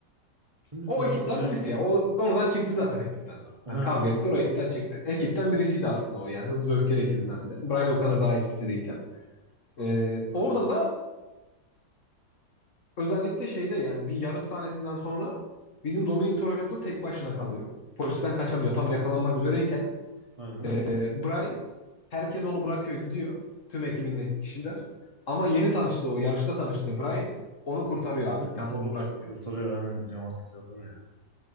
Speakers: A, on the right; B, on the left.
A: Kimdi
B: O
A: çok
B: ekipten
A: hatırlayamam.
B: birisi ya. O sonradan çıktı zaten ekipten.
A: Ha
B: Hani kavga
A: anladım.
B: ettiler o ekipten çıktı. Ekipten birisiydi aslında o yani Hızlı ve Öfkeli ekibindendi. Brian o kadar daha ekipte değilken. Ee, orada da özellikle şeyde yani bir yarış sahnesinden sonra bizim Dominic Toretto tek başına kalıyor. Polisten kaçamıyor tam yakalanmak üzereyken.
A: Aynen.
B: Ee, Bray herkes onu bırakıyor gidiyor. Tüm ekibindeki kişiler. Ama yeni tanıştığı o yarışta tanıştığı Bray onu kurtarıyor abi.
A: Orayı
B: Yalnız
A: Orada
B: bırakmıyor.
A: kurtarıyor. Aynen biliyorum hatırladım ya.